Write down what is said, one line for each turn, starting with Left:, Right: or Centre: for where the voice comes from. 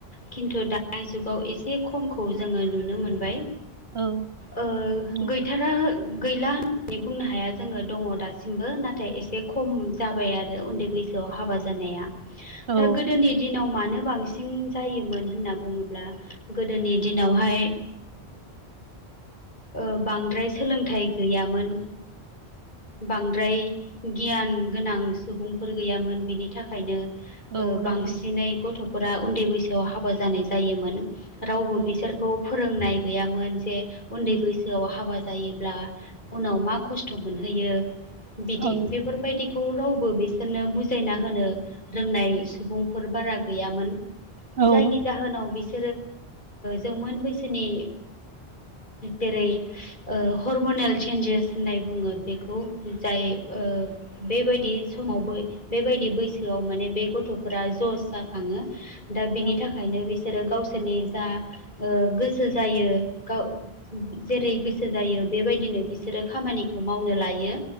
Left: खिन्थु दानि जुग गाव एसे खमखौ जोङो नुनो मोनबाय
Right: औ
Left: ओ
Right: नंगौ
Left: गैथारा गैला होननानै बुंनो हाया जोङो दङ दासिमबो नाथाय एसे खम जाबाय आरो उन्दै बै सोयाव हाबा जानाया
Right: औ
Left: दा गोदोनि दिनाव मानो बांसिन बांसिन जायोमोन होनना बुङोब्ला गोदोनि दिनावहाय ओ बांद्राय सोलोंथाइ गैयामोन बांद्राय गियान गोनां सुबुंफोर गैयामोन बिनि थाखायनो
Right: औ
Left: बांसिनै
Right: नंगौ
Left: गथ'फोरा उन्दै बैसोआव हाबा जानाय जायोमोन रावबो
Right: औ
Left: बिसोरखौ फोरोंनाय गैयामोन जे उन्दै
Right: उम
Left: बैसो गोसोआव हाबा जायोब्ला उनाव मा खस्थ' मोनहैयो बिदि
Right: औ
Left: बे फोरबायदिखौ रावबो बिसोरनो बुजायना होनो रोंनाय सुबुंफोर बारा गैयामोन जायनि
Right: औ
Left: जाहोनाव बिस जौमोन बैसोनि जेरै ओ हरमनेल चेन्जेस होननाय बुङो बेखौ जाय बेबायदि समावबो बेबायदि बैसोआव माने बे गथ'फोरा जस जाखाङो दा बिनि
Right: औ
Left: थाखायनो बिसोरो गावसोरनि जा ओ गोसो जायो गाव जेरै गोसो जायो बेबायदिनो बिसोरो खामानिखौ मावनो लायो।